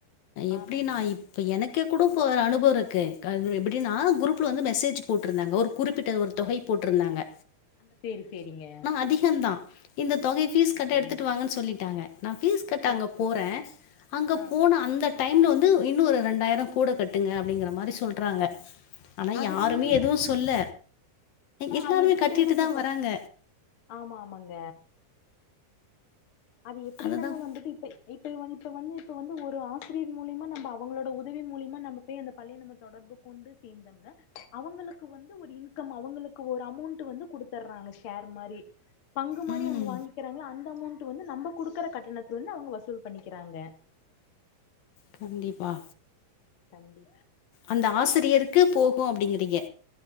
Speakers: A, on the left; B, on the left.
A: எப்டினா
B: ஆமாங்க
A: இப்ப எனக்கு இருக்க கூட போ ஒரு அனுபவோ இருக்கு அது எப்டின்னா குரூப்பில் வந்து மெசேஜ் போட்டிருந்தாங்க ஒரு குறிப்பிட்ட ஒரு தொகை போட்டிருந்தாங்க
B: செரி செரிங்க
A: அதிகந்தா இந்த தொகை ஃபீஸ் கட்ட
B: சேரிங்க
A: எடுத்துட்டு வாங்கன்னு சொல்லிட்டாங்க நான் பீஸ் கட் அங்க
B: ஓகே
A: போறேன்
B: ஓகே
A: அங்க
B: ஆ
A: போன அந்த டைம்ல வந்து இன்னு ஒரு ரெண்டாயரோ கூட கட்டுங்க அப்படிங்கற மாரி சொல் விட்றாங்க ஆனா
B: அது
A: யாருமே
B: வந்துங்க
A: எதுவும் சொல்ல
B: ஆ
A: எல்லாருமே
B: அது எப்டி
A: கட்டிட்டுதா
B: தெரியுமாங்க இப்ப
A: வராங்க
B: ஆமா ஆமாங்க அது எப்படின்னாங்க
A: அததான்
B: வந்துட்டு இப்ப இப்ப இப்ப வந்து இப்ப வந்து ஒரு ஆசிரியர் மூலியமா நம்ப அவங்களோட உதவி மூலியமா நம்ப போய் அந்த பள்ளையை நம்ப தொடர்பு கொண்டு சேர்ந்தோம்ன அவங்களுக்கு வந்து ஒரு இன்கம் அவுங்களுக்கு ஒரு அமௌண்ட் வந்து கொடுடுத்தர்றாங்க ஷேர் மாரி பங்கு மாரி
A: ம்
B: அவுங்க வாங்கிக்கிறாங்ளா அந்த <unintelligible> வந்து நம்ம கொடுக்கற கட்டணத்தல இருந்து அவுங்க வசூல் பண்ணிக்கிறாங்க
A: கண்டிப்பா
B: கண்டி
A: அந்த ஆசிரியருக்கு போகூ அப்டிங்கறீங்க